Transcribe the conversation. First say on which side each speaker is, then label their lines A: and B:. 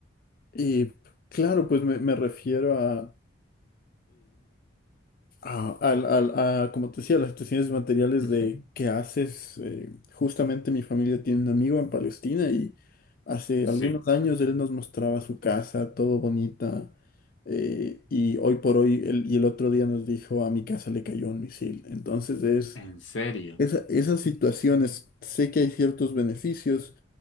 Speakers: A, on the left; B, on the left.
A: Y claro, pues me, me refiero a... a, al- al- a, como te decía, las situaciones de materiales
B: Ujú,
A: de qué haces. eh, justamente mi familia tiene un amigo en Palestina y hace
B: Sí,
A: algunos años él nos mostraba su casa, todo bonita. eh, y hoy por hoy, él- y el otro día nos dijo, a mi casa le cayó un misil. Entonces es,
B: en serio,
A: esa- esas situaciones, sé que hay ciertos beneficios